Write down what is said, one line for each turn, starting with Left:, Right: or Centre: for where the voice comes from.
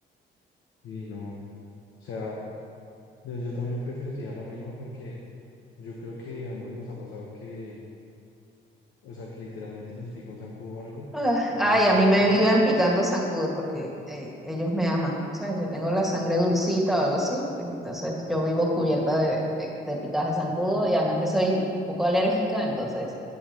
Left: Y no, o sea, yo yo también preferiría la misma porque yo creo que a ambos nos ha pasado que, o sea, que literalmente nos pica un zancudo o algo.
Centre: Ah, Ay,
Left: Y lo primero
Centre: a mí me
Left: que,
Centre: viven picando zancudos porque eh, ellos me aman, ¿sabes? Yo tengo la sangre dulcita o algo así, y entonces yo vivo cubierta de, de, de picadas de zancudo y además que soy un poco alérgica, entonces